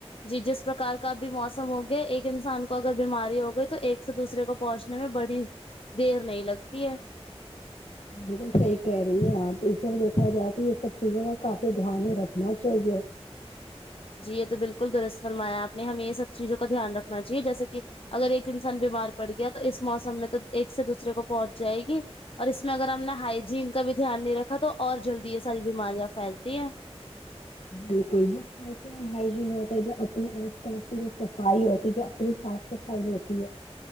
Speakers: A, on the left; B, on the left.
A: جی جس پرکار کا بھی موسم ہو گیا ایک انسان کو اگر بیماری ہو گئی تو ایک سے دوسرے کو پہنچنے میں بڑی دیر نہیں لگتی ہے
B: بالکل صحیح کہہ رہی ہیں آپ اسے دیکھا جائے تو یہ سب چیزوں میں کافی دھیان میں رکھنا چاہیے
A: جی یہ تو بالکل درست فرمایا آپ نے ہمیں یہ سب چیزوں کا دھیان رکھنا چاہے جیسے کے اگر ایک انسان بیمار پڑ گیا تو اس موسم میں تو ایک سے دوسرے کو پہنچ جائے گی اور اس میں اگر ہم نے ہائجین کا بھی دھیان نہیں رکھا تو اور جلدی یہ ساری بیماریاں پھیلتی ہیں
B: بالکل اور ہائجین ہوتا ہے جو اپنے آس پاس کی جو صفائی ہوتی ہے جو اپنی صاف صفائی ہوتی ہے